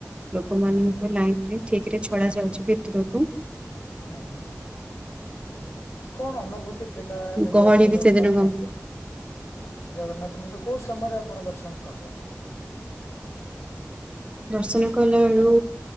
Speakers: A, on the right (about 20°); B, on the left (about 60°).
A: ଲୋକମାନଙ୍କୁ
B: ହୁଁ
A: ଲାଇନ୍ ରେ ଠିକ୍ ରେ ଛଣା ଯାଉଛି ଏତିକକୁ।
B: ହୁଁ ହୁଁ। କଣ ଅନୁଭୂତି ଥିଲା ଯଦି
A: ଗହଳି
B: ଆପଣ
A: ବି
B: ଜଗନ୍ନାଥ
A: ସେଦିନ କମ।
B: ମନ୍ଦିର ଜଗନ୍ନାଥ ମନ୍ଦିର କୋଉ ସମୟରେ ଆପଣ ଦର୍ଶନ କଲେ?
A: ଦର୍ଶନ କଲା ବେଳୁ